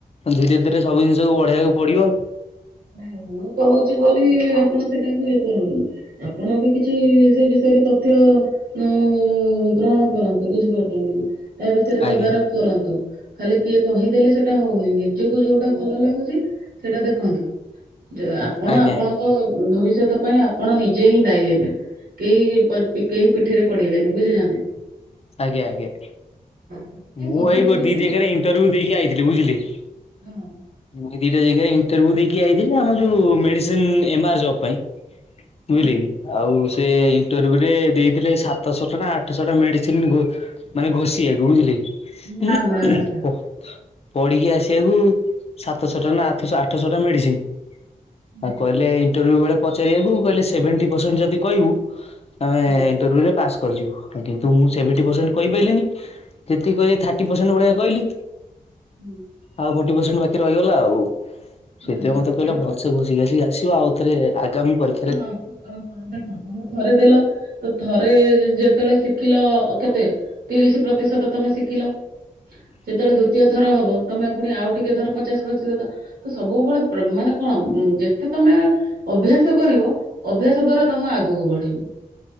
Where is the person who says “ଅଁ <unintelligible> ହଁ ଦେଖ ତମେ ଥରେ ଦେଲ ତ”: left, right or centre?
Right